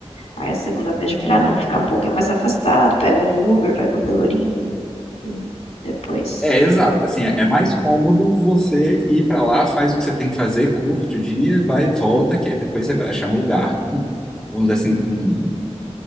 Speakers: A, on the left; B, in the centre.
A: Aí a segunda vez eu
B: é,
A: falei, ah, não, ficar um pouquinho mais afastado, pega um Uber, vai pro Pelourinho. E depois.
B: É, exato. Assim, é é mais cômodo você ir para lá, faz o que você tem que fazer, curte o dia, vai e volta, que aí depois você vai achar um lugar, vamos dizer assim, com